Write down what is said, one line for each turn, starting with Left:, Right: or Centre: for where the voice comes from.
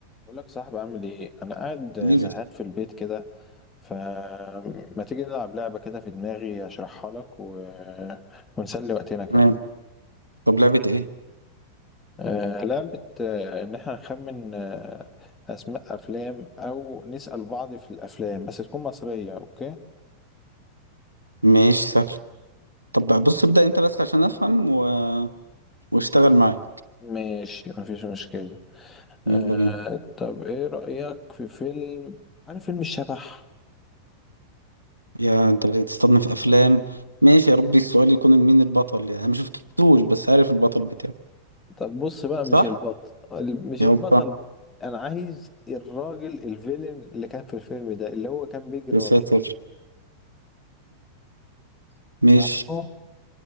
Left: بقول لك صاحبي عامل ايه انا قاعد
Right: نيبل
Left: زهقان في البيت كده فما تيجي نلعب لعبة كده في دماغي اشرحها لك و... ونسلي وقتنا كده
Right: تمام طب لعبة ايه؟
Left: آه، لعبة آه، ان احنا نخمن آه، اسماء افلام او نسأل بعض في الافلام بس تكون مصرية اوكي
Right: ماشي سهل طب بقى بص ابدأ انت بس عشان افهم و... واشتغل معايا
Left: ماشي مفيش مشكلة
Right: يلا
Left: آه،
Right: بينا
Left: طب ايه رأيك في فيلم عارف فيلم الشبح
Right: يا انت بتستضنف افلام ماشي يا ربي السؤال يكون مين البطل يعني انا ما شفتوش بس عارف البطل بتاعه
Left: طب بص بقى
Right: صح؟
Left: مش البطل ال- مش
Right: يا
Left: البطل
Right: رب
Left: انا عايز الراجل الفيلن اللي كان في الفيلم ده اللي هو كان بيجري
Right: يا
Left: ورا
Right: ساتر
Left: البطل
Right: ماشي
Left: تعرفه